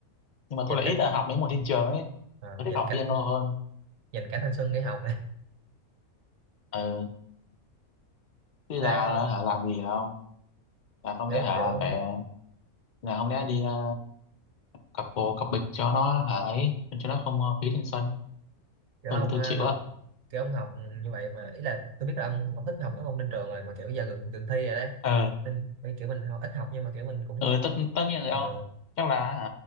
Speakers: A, on the left; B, on the right.
A: nhưng mà
B: dành
A: tôi lại
B: cách
A: ít học mấy môn thị trường ấy
B: à,
A: tôi thích
B: dành
A: học
B: cách
A: piano hơn
B: dành cả thanh xuân để học này
A: ừ chứ
B: thế
A: là, là hả, làm gì không là không
B: kiểu
A: lẽ hả
B: kiểu
A: phải là không lẽ đi ờ, cặp bồ cặp bịch cho nó hả ấy cho nó không ờ, phí thanh xuân
B: kiểu
A: tôi
B: ông
A: là tôi
B: à,
A: chịu
B: học
A: á
B: kiểu ông học như vậy mà ý là tôi biết là ông không thích học mấy môn lên trường rồi mà kiểu giờ gần gần thi rồi đấy
A: ờ
B: nên nên kiểu mình ho- ít học nhưng mà kiểu mình cũng
A: ừ tất tất nhiên rồi
B: ờ
A: không chắc là hả,